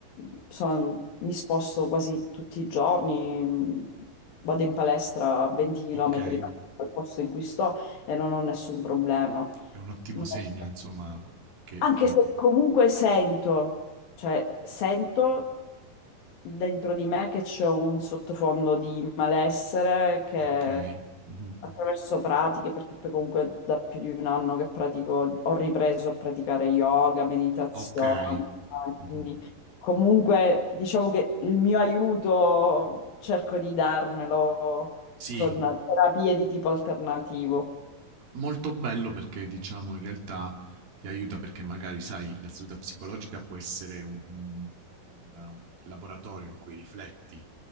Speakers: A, on the left (about 80°); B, on the right (about 80°).
A: eh, sono- mi sposto quasi tutti i giorni, mh, vado in palestra a 20 km
B: Okay,
A: dal dal posto in cui sto e non ho nessun problema.
B: è un ottimo
A: No.
B: segno insomma che
A: Anche
B: comu
A: se comunque sento, cioè sento dentro di me che c'è un sottofondo di malessere che
B: okay, mh-mh,
A: attraverso pratiche, perché poi comunque da più di un anno che pratico, ho ripreso a praticare yoga, meditazione,
B: okay,
A: eh,
B: mh-mh.
A: quindi comunque diciamo che il mio aiuto cerco di darmelo
B: Sì.
A: con terapie di tipo alternativo.
B: Molto bello perché diciamo in realtà ti aiuta perché magari sai la seduta psicologica può essere un, un- un, eh, laboratorio in cui rifletti